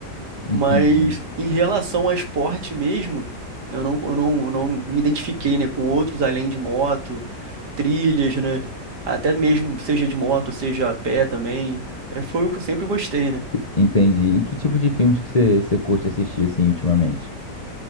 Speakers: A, on the left; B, on the right.
A: entendi.
B: Mas em relação a esporte mesmo, eu não, eu não, eu não me identifiquei, né, com outros além de moto trilhas, né? Até mesmo, seja de moto, seja a pé também. É, foi o que eu sempre gostei, né?
A: Te- Entendi. E que tipo de filmes que você você curte assistir, assim, ultimamente?